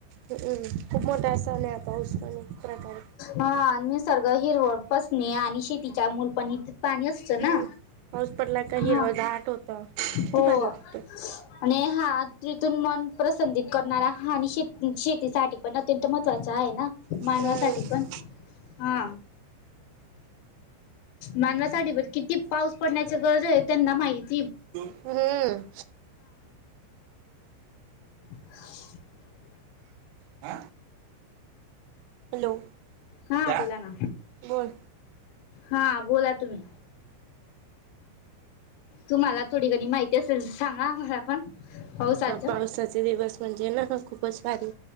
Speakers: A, on the right (about 85°); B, on the left (about 75°).
A: हम्म खूप मोठा सण आहे पाऊस पण एक प्रकारे
B: हा निसर्ग हिरवळ पसणे आणि शेतीच्या मूल पण इत पाणी असतं ना
A: हम्म पाऊस पडला का
B: हा
A: हिरवा दाट होत किती
B: हो
A: भारी वाटत
B: आणि हा तिथून मन प्रसंदित करणारा हा आणि श शेतीसाठी पण अत्यंत महत्वाचं आहे ना मानवासाठी
A: हम्म
B: का हा मानवासाठी पण किती पाऊस पडण्याची गरज आहे त्यांना माहित
A: होय.
B: <inaudible>
A: आ हॅलो
B: हा
A: क्या
B: बोला ना
A: बोल
B: हा बोला तुम्ही तुम्हाला थोडीकनी माहिती असेल सांगा आम्हाला पण पावसाचं
A: पावसाचे दिवस म्हणजे ना खूपच भारी